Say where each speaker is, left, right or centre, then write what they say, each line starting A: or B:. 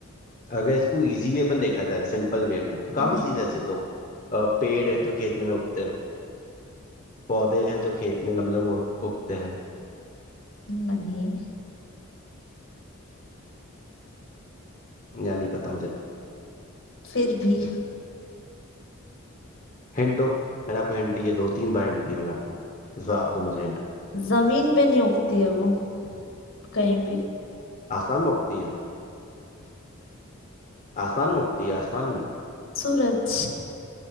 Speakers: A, on the left; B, on the left.
A: अगर इसको इजीली अपन देखा जाए सिंपल वे में तो काफी
B: हम्म,
A: चीज ऐसे तो अ, पेड़ है जो खेत में उगते हैं पौधे हैं जो खेत में गमलों में उग- उगते हैं
B: नहीं
A: या नहीं पता मुझे
B: फिर भी
A: हिंट दो मैंने आपको हिंट दी है दो तीन बार हिंट दी मैंने आपको इस बार आप दो मुझे हिंट
B: जमीन पे नहीं उगती है वो कहीं भी
A: आसमान में उगती है आसमान में उगती है आसमान में
B: सूरज